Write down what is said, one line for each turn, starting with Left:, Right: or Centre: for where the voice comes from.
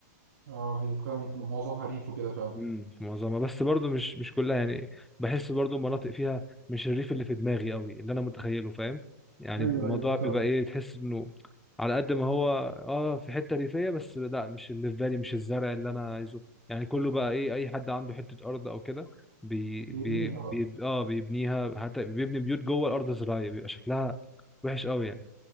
Right: أه هي فعلا معظمها ريف وكده فعلا
Centre: امم في معظمها بس برضو مش مش كلها يعني بحس برضو مناطق فيها مش الريف اللي في دماغي قوي اللي انا متخيله فاهم يعني
Right: أيوه
Centre: الموضوع
Right: أيوه بالظبط
Centre: بيبقى ايه تحس انه على قد ما هو اه في حتة ريفية بس لا مش اللي في بالي مش الزرع اللي انا عايزه يعني كله بقى ايه اي حد عنده حتة ارض او كده بي بي
Right: بيبنيها بقى
Centre: بي اه بيبنيها حتى بيبني بيوت جوه الارض الزراعية بيبقى شكلها وحش قوي يعني